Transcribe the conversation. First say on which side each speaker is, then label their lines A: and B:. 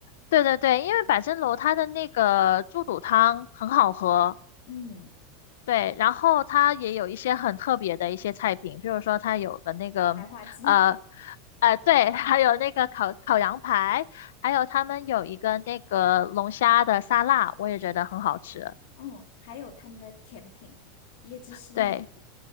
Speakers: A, on the left; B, on the left.
A: 对对对，因为百珍楼它的那个猪肚汤很好喝，
B: 嗯
A: 对，然后它也有一些很特别的一些菜品，譬如说它有个那个，
B: 白花鸡，
A: 呃，呃，对，<laughs> 还有那个烤烤羊排，还有他们有一个那个龙虾的沙拉，我也觉得很好吃。
B: <laughs> 嗯，还有他们的甜品椰汁西米露，
A: 对。